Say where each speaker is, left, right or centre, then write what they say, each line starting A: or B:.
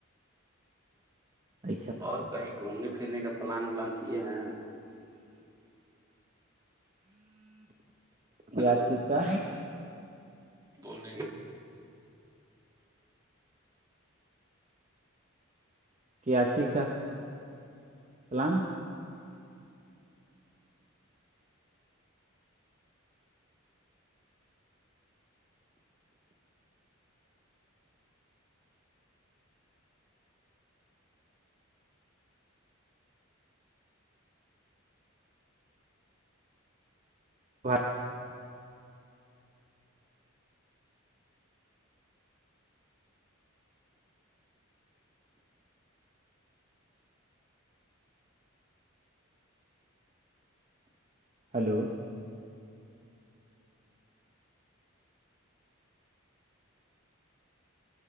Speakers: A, on the right (about 35°); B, on the right (about 15°).
A: ایسا
B: اور کہیں گھومنے پھرنے کا پلان ولان کیے ہیں ہلو
A: رانچی کا
B: بول رہے ہیں
A: کاچی کا پلان وق <unintelligible> ہلو